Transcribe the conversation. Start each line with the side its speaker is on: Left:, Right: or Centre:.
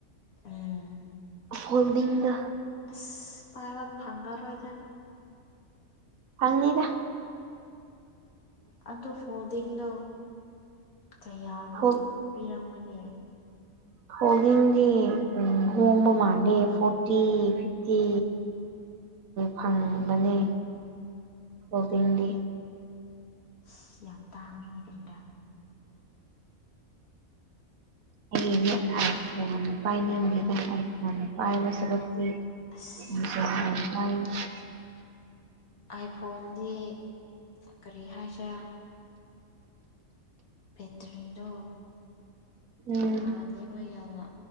Left: ꯎꯝ
Right: ꯐꯣꯟꯗꯤꯡꯅ
Left: ꯑꯁ ꯄꯥꯏꯕ ꯐꯪꯉꯔꯣꯏꯗ
Right: ꯐꯪꯅꯤꯗ
Left: ꯑꯗꯣ ꯐꯣꯜꯗꯤꯡꯗꯣ ꯀꯌꯥꯃꯨꯛꯇꯤ
Right: ꯐꯣꯜ
Left: ꯄꯤꯔꯝꯒꯅꯤ
Right: ꯐꯣꯜꯗꯤꯡꯗꯤ ꯎꯝ ꯍꯣꯡꯕ ꯃꯥꯥꯟꯂꯦ ꯐꯣꯔꯇꯤ ꯐꯤꯞꯇꯤ ꯐꯪꯕꯅꯦ ꯐꯣꯜꯗꯤꯡꯗꯤ
Left: ꯑꯁ ꯌꯥꯝ ꯇꯥꯡꯉꯦꯅꯦ ꯀꯔꯤꯔ
Right: ꯑꯩꯒꯤꯗꯤ ꯑꯥꯏ ꯐꯣꯟ ꯄꯥꯏꯅꯤꯡꯗꯦꯗ ꯑꯥꯏ ꯐꯣꯟ ꯄꯥꯢꯕ ꯁꯔꯨꯛꯇꯤ
Left: ꯑꯁ
Right: <inaudible> ꯥ
Left: ꯑꯥꯏ ꯐꯣꯟꯗꯤ ꯀꯔꯤ ꯍꯥꯏꯁꯤꯔꯥ ꯕꯦꯇ꯭ꯔꯤꯗꯣ
Right: ꯎꯝ
Left: ꯌꯥꯗꯦꯕ ꯌꯥꯝꯅ